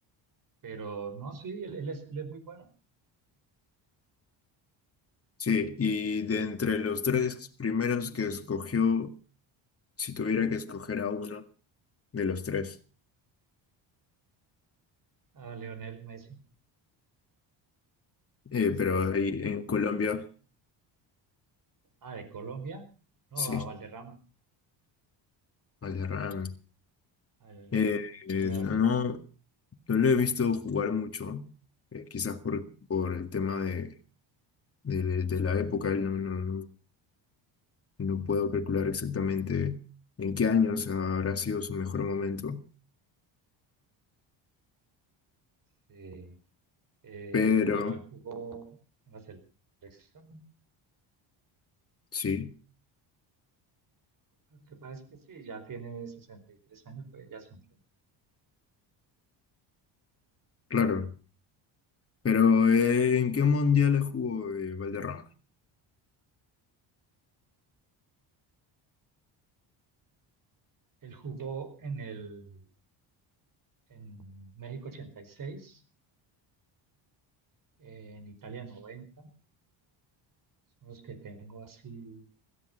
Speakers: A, on the right; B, on the left.
A: Pero no, sí, él, él es, él es muy bueno.
B: Sí, y de entre los tres primeros que escogió, si tuviera que escoger a uno de los tres,
A: A Leonel Messi,
B: eh,
A: eso
B: pero
A: sí
B: ahí
A: lo
B: en Colombia,
A: tengo claro. Ah, de Colombia, no,
B: sí,
A: a Valderrama,
B: Valderrama.
A: al,
B: Eh,
A: al
B: eh,
A: pibe Valderrama.
B: no, no lo he visto jugar mucho, eh, quizás por, por el tema de de, de la época, no, no, no, no puedo calcular exactamente en qué años habrá sido su mejor
A: Ah,
B: momento,
A: sí. Eh,
B: pero
A: bueno, él jugó con la selección
B: sí,
A: Lo que pasa es que sí, ya tiene 63 años, pues ya se entiende.
B: claro. Pero eh, ¿en qué mundiales jugó eh, Valderrama?
A: Él jugó en el, en México 86, eh, en Italia 90. son los que tengo así